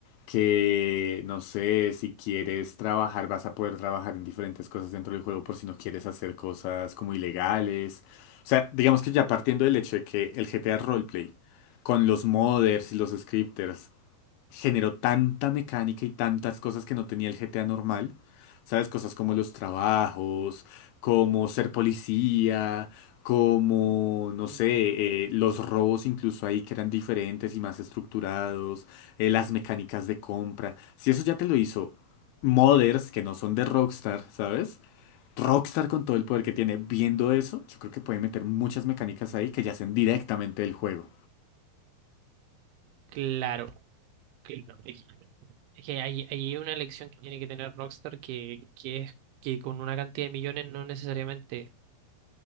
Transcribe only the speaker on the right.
Ujú.
Claro, claro. Es que es que hay, hay una lección que tiene que tener Rockstar que, que es que con una cantidad de millones no necesariamente